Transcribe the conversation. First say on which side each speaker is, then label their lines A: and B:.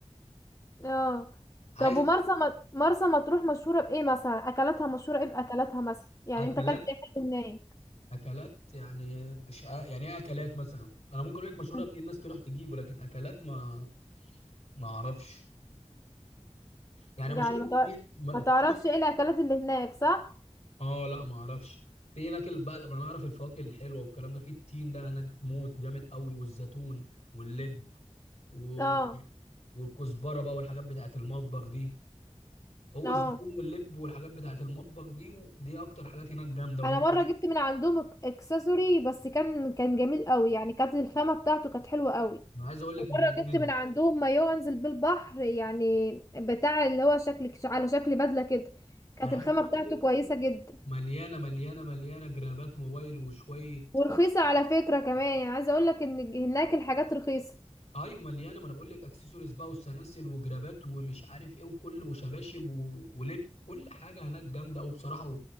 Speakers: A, on the left; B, on the left.
A: اه
B: عايز
A: طب ومرسى مط- مرسى مطروح مشهورة بإيه مثلا أكلاتها مشهورة إيه بأكلاتها مثلا يعني
B: أكلات
A: أنت أكلت إيه حلو هناك
B: أكلات يعني مش ع- يعني إيه أكلات مثلا أنا ممكن أقول لك مشهورة
A: مم.
B: بإيه الناس تروح تجيبه لكن أكلات ما ما اعرفش يعني
A: يعني
B: مشهوره بالتين
A: ما تع-
B: ما- التين
A: ما تعرفش إيه الأكلات اللي هناك صح
B: اه لا ما اعرفش في هناك ال- بقى انا اعرف الفواكه الحلوه والكلام ده في التين ده هناك موت جامد قوي والزيتون واللب وال-
A: اه
B: والكزبره بقى والحاجات بتاعت المطبخ دي هو
A: اه
B: الزيتون واللب والحاجات بتاعت المطبخ دي ودي اكتر حاجات هناك جامده وهنا
A: أنا مرة جبت من عندهم إك- إكسسوري بس كان كان جميل قوي يعني كانت الخامة بتاعته كانت حلوة قوي
B: انا عايز اقول لك
A: ومرة
B: مليانه
A: جبت من عندهم مايو أنزل بالبحر يعني بتاع اللي هو شكل على شكل بدلة كده كانت
B: انا عايز
A: الخامة
B: اقول
A: بتاعته
B: لك
A: كويسة جدا
B: مليانه مليانه مليانه جرابات موبايل وشويه
A: ورخيصة على فكرة كمان يعني عايزة اقولك ان هناك الحاجات رخيصة
B: ايوه مليانه ما انا بقول لك اكسسوارز بقى وسلاسل وجرابات ومش عارف ايه وكل وشباشب و... ولب كل حاجه هناك جامده قوي بصراحه و...